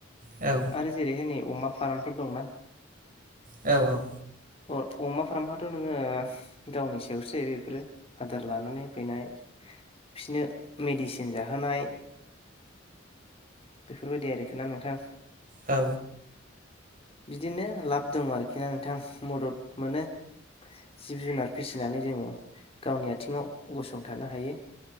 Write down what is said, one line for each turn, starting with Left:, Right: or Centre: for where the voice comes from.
Right: औ
Left: आरो जेरैहाय नै अमा फारामफोर दंना
Right: औ औ
Left: अ अमा फारामफ्राथ' नोङो गावनि सायावसो जाहैबाय बेफोरो आदार लानानै होफैनाय बिसिनो मेडिसिन जाहोनाय बेफोर बायदि आरोखि ना नोंथां
Right: औ
Left: बिदिनो लाब दं आरोखि ना नोंथां मदद मोनो जिब जुनार फिसिनानै जोङो गावनि आथिङाव गसंथानो हायो।